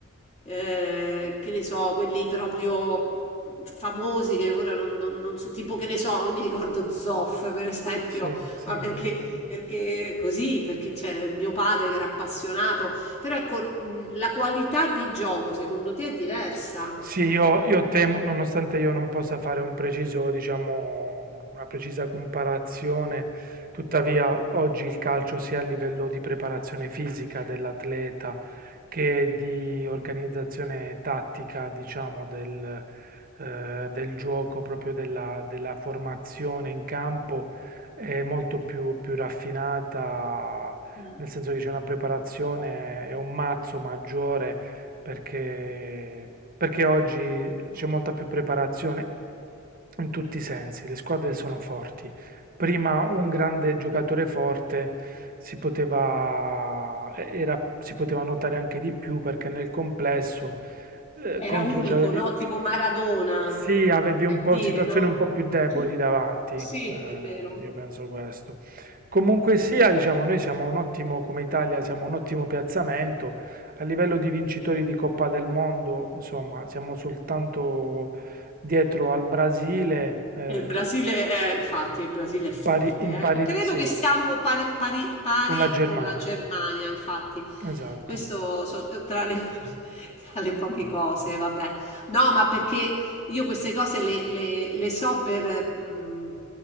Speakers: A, on the left (about 30°); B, on the right (about 45°).
A: eh, che ne so, quelli proprio famosi che ora non, non- non so, tipo che ne so, io mi ricordo Zoff per esempio,
B: sì, sì.
A: ma perché, <laughs> perché così, perché c'era il mio padre che era appassionato, però ecco, mh, la qualità di gioco secondo te è diversa?
B: Sì, io, io temo, nonostante io non possa fare un preciso, diciamo, una precisa comparazione, tuttavia oggi il calcio sia a livello di preparazione fisica dell'atleta che di organizzazione tattica, diciamo, del, eh, del gioco, proprio della, della formazione in campo, è molto più, più raffinata,
A: Mm.
B: nel senso che c'è una preparazione e un mazzo maggiore perché, perché oggi c'è molta più preparazione in tutti i sensi, le squadre sono forti. Prima un grande giocatore forte si poteva, era- si poteva notare anche di più perché nel complesso eh,
A: Era
B: contro
A: unico,
B: c'avevi,
A: no? Tipo Maradona,
B: sì, avevi
A: per
B: un po'
A: dire,
B: situazioni
A: no?
B: un po' più deboli
A: <laughs>
B: davanti,
A: Sì,
B: eh,
A: è vero.
B: io penso questo. Comunque sia, diciamo, noi siamo un ottimo, come Italia, siamo un ottimo piazzamento a livello di vincitori di Coppa del Mondo, insomma, siamo soltanto dietro al Brasile, eh,
A: E Il Brasile è, infatti, il Brasile è forte.
B: pari- in pari,
A: eh. Credo
B: sì,
A: che siamo pari, pari- pari
B: con la Germania.
A: con la Germania, infatti.
B: Esatto.
A: Questo so- tra le, <laughs> tra le poche cose, vabbè. No, ma perché io queste cose le, le- le so per, mh,